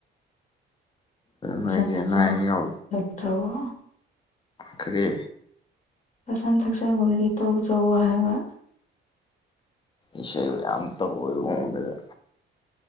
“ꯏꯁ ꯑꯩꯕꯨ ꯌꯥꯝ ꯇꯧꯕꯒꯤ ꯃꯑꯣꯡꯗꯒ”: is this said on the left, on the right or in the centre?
Left